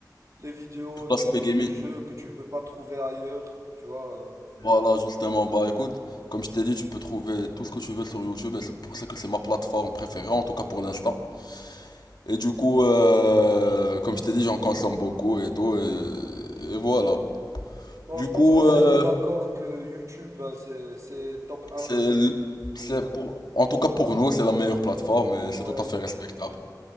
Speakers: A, on the right; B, on the left.
A: Les vidéos
B: tout
A: de,
B: l'aspect gaming.
A: de jeux que tu peux pas trouver ailleurs, tu vois. euh.
B: Voilà, justement, bah écoute, comme je t'ai dit, tu peux trouver tout ce que tu veux sur YouTube et c'est pour ça que c'est ma plateforme préférée, en tout cas pour l'instant. Et du coup, euh, comme je t'ai dit, j'en consomme beaucoup et tout, et, et voilà.
A: Bon,
B: Du
A: je pense
B: coup,
A: qu'on
B: euh,
A: s'est mis d'accord que YouTube, euh, c'est, c'est top un.
B: c'est, l- c'est pour, en tout cas pour nous, c'est la meilleure plateforme et c'est
A: Ouais,
B: tout à fait respectable.
A: ouais.